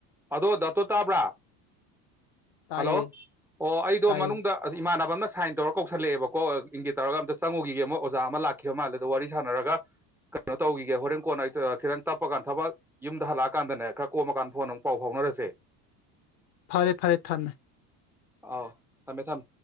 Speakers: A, in the centre; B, on the left.
A: ꯑꯗꯣ ꯗꯥꯇꯣ ꯇꯥꯕ꯭ꯔꯥ
B: ꯇꯥꯏꯌꯦ
A: ꯍꯜꯂꯣ ꯑꯣ ꯑꯩꯗꯣ
B: ꯇꯥꯏꯌꯦ
A: ꯃꯅꯨꯡꯗ ꯏꯃꯥꯟꯅꯕ ꯑꯃꯅ ꯁꯥꯏꯟ ꯇꯧꯔ ꯀꯧꯁꯜꯂꯛꯑꯦꯕ ꯀꯣ ꯏꯪꯒꯤꯠ ꯇꯧꯔꯒ ꯑꯝꯇ ꯆꯪꯉꯨꯒꯤꯒꯦ ꯃꯣꯏ ꯑꯣꯖꯥ ꯑꯃ ꯂꯥꯛꯈꯤꯕ ꯃꯥꯜꯂꯦ ꯑꯗꯣ ꯋꯥꯔꯤ ꯁꯥꯟꯅꯔꯒ ꯀꯩꯅꯣ ꯇꯧꯒꯤꯒꯦ ꯍꯣꯔꯦꯟ ꯀꯣꯟꯅ <unintelligible> ꯈꯤꯇꯪ ꯇꯞꯄꯀꯥꯟ ꯊꯕꯛ ꯌꯨꯝꯗ ꯍꯜꯂꯛꯑꯀꯥꯟꯗꯅꯦ ꯈꯔ ꯀꯣꯝꯃꯀꯥꯟ ꯐꯣꯟ ꯑꯃꯨꯛ ꯄꯥꯎ ꯐꯥꯎꯅꯔꯁꯦ
B: ꯐꯔꯦ ꯐꯔꯦ ꯊꯝꯃꯦ
A: ꯑꯥꯎ ꯊꯝꯃꯦ ꯊꯝ